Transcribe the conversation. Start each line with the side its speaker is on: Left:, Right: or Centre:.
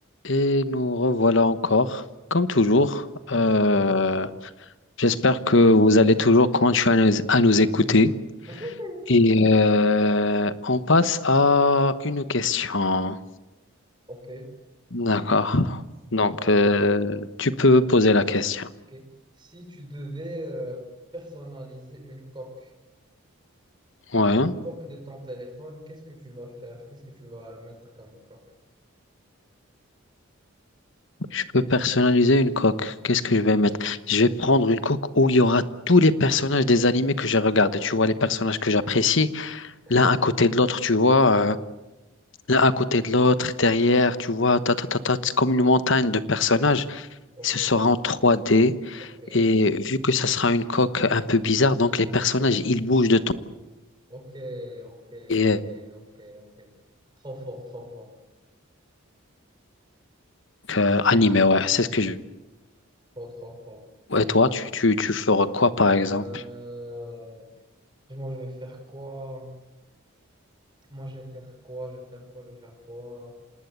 Left: Et nous revoilà encore, comme toujours.
Right: Toujours,
Left: Euh,
Right: quand toujours.
Left: j'espère que vous allez toujours continuer à nous, à nous écouter.
Right: <laughs>
Left: Et euh, on passe à une question.
Right: Ok.
Left: D'accord. Donc,
Right: euh,
Left: euh, tu peux poser la question.
Right: ok. Si tu devais euh, personnaliser une coque,
Left: Ouais.
Right: une coque de ton téléphone, qu'est-ce que tu vas faire? Qu'est-ce que tu vas mettre comme coque?
Left: Je peux personnaliser une coque. Qu'est-ce que
Right: Oui.
Left: je vais mettre? Je vais prendre une coque où il y aura tous les personnages des animés que j'ai regardés. Tu vois, les personnages que j'apprécie,
Right: Ok.
Left: l'un à côté de l'autre, tu vois. euh, l'un à côté de l'autre, derrière, tu vois, ta, ta, ta, ta, c'est comme une montagne de personnages.
Right: Ok.
Left: Ce sera en trois d
Right: Ok.
Left: Et vu que ça sera une coque un peu bizarre, donc les personnages, ils bougent de ton
Right: Ok. Ok.
Left: et
Right: Ok.
Left: euh,
Right: Ok. Ok. Trop fort, trop fort.
Left: donc, euh, animé, ouais, c'est ce que je
Right: Trop, trop fort.
Left: Et toi, tu, tu, tu feras quoi, par
Right: Euh,
Left: exemple?
Right: Moi, je vais faire quoi? Moi, je vais faire quoi? Je vais faire quoi? Je vais faire quoi?